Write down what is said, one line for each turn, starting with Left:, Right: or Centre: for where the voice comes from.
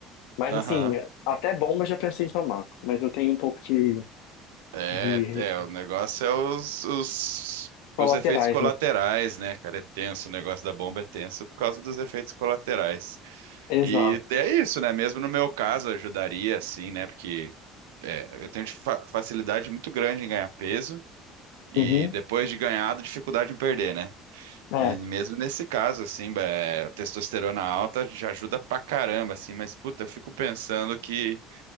Left: Mas
Right: Aham.
Left: assim, até bomba eu já pensei em tomar. Mas eu tenho um pouco de,
Right: É,
Left: de
Right: é, o negócio é os, os,
Left: colaterais,
Right: os efeitos colaterais,
Left: né?
Right: né, cara? É tenso, o negócio da bomba é tenso por causa dos efeitos colaterais.
Left: Exato.
Right: E é isso, né? Mesmo no meu caso, ajudaria, assim, né? Porque eu tenho de fa- facilidade muito grande em ganhar peso e
Left: Uhum.
Right: depois de ganhado, dificuldade em perder, né?
Left: É,
Right: E mesmo nesse caso, assim, é, testosterona alta já ajuda pra caramba, assim, mas puta, eu fico pensando que,